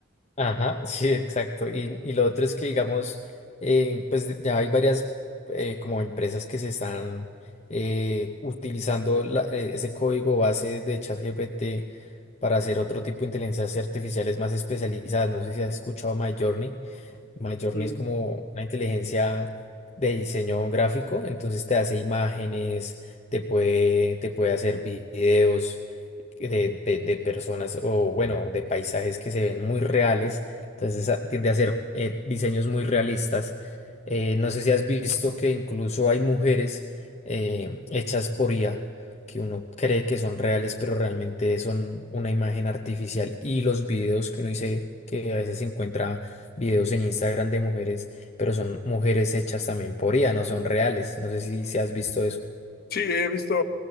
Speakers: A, on the left (about 35°); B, on the left (about 50°).
A: Ajá, sí, exacto. Y, y lo otro es que, digamos, eh, pues de- ya hay varias eh, como empresas que se están eh, utilizando la- eh, ese código base de ChatGPT para hacer otro tipo de inteligencias artificiales más especializadas. No sé si has escuchado Midjourney. Midjourney
B: Mm.
A: es como una inteligencia de diseño gráfico, entonces te hace imágenes, te puede, te puede hacer videos de, de- de personas o bueno, de paisajes que se ven muy reales, entonces a- tiende a ser eh, diseños muy realistas. Eh, no sé si has visto que incluso hay mujeres eh, hechas por IA que uno cree que son reales, pero realmente son una imagen artificial y los videos que uno dice que a veces se encuentra videos en Instagram de mujeres, pero son mujeres hechas también por IA, no son reales. No sé si, si has visto eso.
B: Sí, he visto